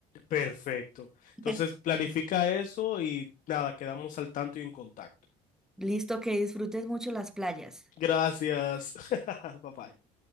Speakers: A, on the left; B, in the centre.
A: Perfecto. Entonces,
B: <laughs>
A: planifica eso y nada, quedamos al tanto y en contacto.
B: Listo, que disfrutes mucho las playas.
A: Gracias. <laughs> Bye bye.